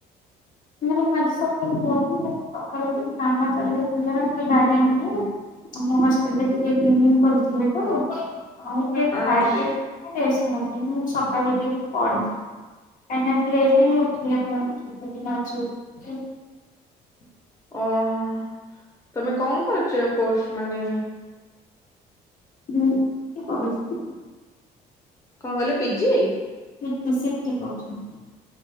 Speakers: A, on the left (about 50°); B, on the left (about 20°).
A: ନାଇଁ ମ ସକାଳେୁ କହୁଥିଲି ସକାଳୁ ଟିକେ କାମ ଚାଲିଥିଲା ଗାର୍ଡେନ ରେ। ଆମ ହଷ୍ଟେଲରେ ଟିକେ କ୍ଲିନ କରିଥିଲେ ତ। ଆଉ
B: ଆଚ୍ଛା
A: ଖାଇ। ମୁଁ ସକାଳ ଏଠିିକ ପଢିବି କାହିଁକି ଲେଟ୍ ହିଁ ଉଠିବି <unintelligible> ଦିନ। <unintelligible>
B: ଓହୋ ତମେ କଣ କରୁଛ କୋର୍ସ ମାନେ।
A: ହୁଁ <unintelligible>
B: କଣ କହିଲ ପିଜି।
A: ସିଟି ସିଟି କରୁଛି ମୁଁ।